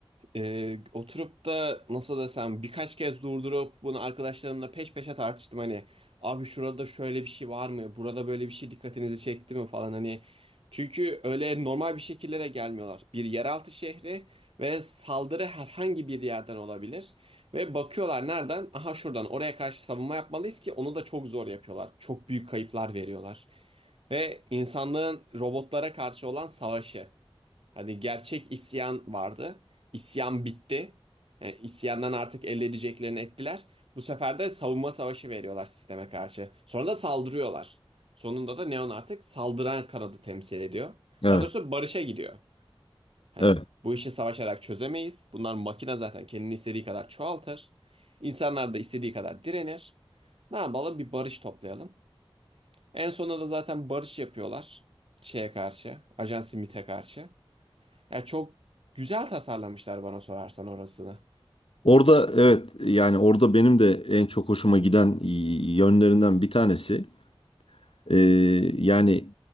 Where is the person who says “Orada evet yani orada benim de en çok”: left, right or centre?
Left